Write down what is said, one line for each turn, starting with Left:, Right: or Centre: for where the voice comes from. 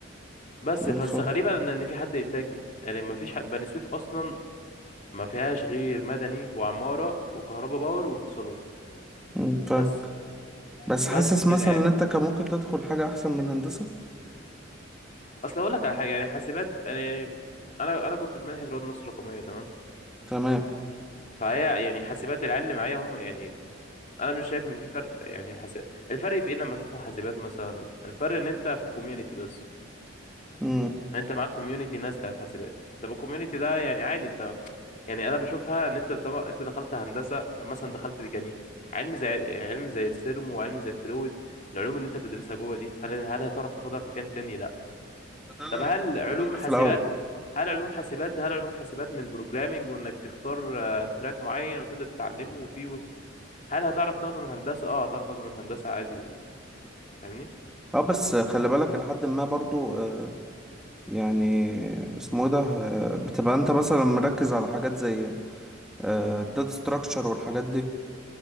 Left: بس
Centre: أمم،
Left: بس
Centre: فاهم
Left: غريبه ان إن في حد انتاج دي يعني ما فيش حد... بني سويف اصلا ما فيهاش غير مدني وعماره وكهرباء باور واتصالات
Centre: مم، فاهم
Left: بس
Centre: بس
Left: بس
Centre: حاسس
Left: كده
Centre: مثلا
Left: يعني.
Centre: ان انت كان ممكن تدخل حاجه احسن من هندسه
Left: اصل اقول لك على حاجه يعني حاسبات انا انا انا كنت في منحه رواد مصر الرقميه تمام
Centre: تمام
Left: فهي يعني حاسبات العيال اللي معايا هم يعني انا مش شايف ان في فرق يعني حس... الفرق في ايه لما تدخل حاسبات مثلا الفرق ان انت في الكوميونتي بس
Centre: امم
Left: يعني انت معاك كوميونتي ناس بتاعت حاسبات طب الكوميونتي ده يعني عادي انت يعني انا بشوفها ان انت طبعا انت دخلت هندسه مثلا دخلت ميكانيك علم زي علم زي السيرمو وعلم زي الفلويد العلوم اللي انت بتدرسها جوه دي هل هل هتعرف تاخدها في مكان تاني لا
Centre: ده اللي
Left: طب
Centre: انا
Left: هل
Centre: كنت مقتنع
Left: علوم
Centre: بيه
Left: حاسبات
Centre: في الاول
Left: هل علوم حاسبات هل علوم حاسبات من بروجرامنج وانك تختار آه، تراك معين وتبدا تتعلمه وفيه وال- هل هتعرف تاخده من هندسه اه هتعرف تاخده من هندسه عادي و... فاهمني
Centre: اه بس خلي بالك لحد ما برضو آه، يعني اسمه ايه ده آه، بتبقى انت مثلا مركز على حاجات زي الداتا ستراكشر والحاجات دي